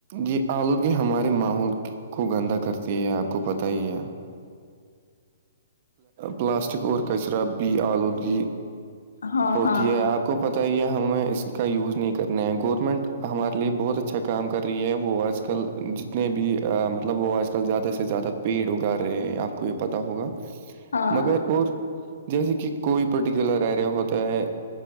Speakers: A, on the right; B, on the left.
A: جی آلودگی ہمارے ماحول کو گندا کرتی ہے آپ کو پتا ہی ہے پلاسٹک اور کچرا بھی آلودگی
B: ہاں
A: ہوتی
B: ہاں
A: ہے آپ کو پتہ ہی ہے ہمیں اس کا یوز نہیں کرنا ہے گورنمنٹ ہمارے لیے بہت اچھا کام کر رہی ہے وہ آج کل جتنے بھی مطلب وہ آج کل زیادہ سے زیادہ پیڑ اگا رہے ہیں آپ کو یہ پتاہ ہوگا
B: ہاں
A: مگر اور جیسے کہ کوئی پرٹیکولر ایریا ہوتا ہے